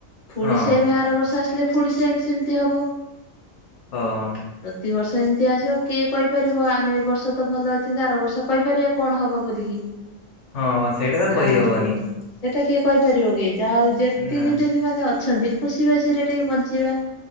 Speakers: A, on the left; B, on the left.
A: ଫୁଣି
B: ହଁ
A: ସେ ଏମ ଆର ବର୍ଷ ଆସିଲେ ଫୁଣି ସେ ଏମି ସେମିତି ହବ।
B: ହଁ।
A: ପ୍ରତିିବର୍ଷ ଏମିତି ଆସିବ। କିଏ କହିପାରିବ ଆମେ ଏ ବର୍ଷ ତ ଭଲ ଅଛନ୍ତି ଆର ବର୍ଷ। କହିପାରିବା କଣ ହବ ବୋଲିକି
B: ହଁ ସେଇଟା ତ କହିହବନି
A: ଆଉ। ସେଇଟା କିଏ କହିପାରିବ କି ଯାହା ହଉ ଯେତିକି
B: ନା।
A: ଦିନି ମାନେ ଅଛନ୍ତି। ଖୁସି ବାସିରେ ଟିକେ ବଞ୍ଚିବା।